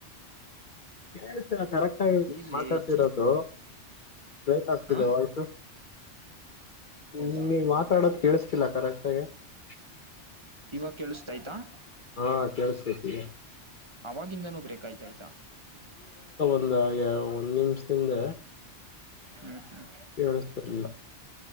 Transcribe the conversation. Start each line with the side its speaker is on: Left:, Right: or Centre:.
Left: ಕೇಳ್ಸ್ತಿಲ್ಲ ಕರೆಕ್ಟಾಗಿ
Right: ಈಸಿ
Left: ಮಾತಾಡ್ತಿರೋದು
Right: ಚಿ
Left: ಬ್ರೇಕಾಗ್ತಿದೆ
Right: ಹ
Left: ವಾಯ್ಸು.
Right: ಹೌದಾ
Left: ಹ ನೀ ಮಾತಾಡೋದು
Right: ಒಂದ್ ನಿಮಿಷ ಇರು
Left: ಕೇಳಸ್ತಿಲ್ಲ ಕರೆ <unintelligible>
Right: ಇವಾಗ ಕೇಳಿಸತಯ್ತಾ.
Left: ಹಾ ಕಳ್ಸ್ತೇತಿ ಹೇಳ್.
Right: ಅವಾಗಿಂದನೂ ಬ್ರೇಕ್ ಆಯ್ತ ಐತ.
Left: ಇಲ್ಲ ಯಾ ಒಂದ್ ನಿಮಿಷ. ಹಿಂದ.
Right: ಹ್ಮ್ ಹ್ಮ್
Left: ಕೇಳಿಸತಿರ್ಲಿಲ್ಲ.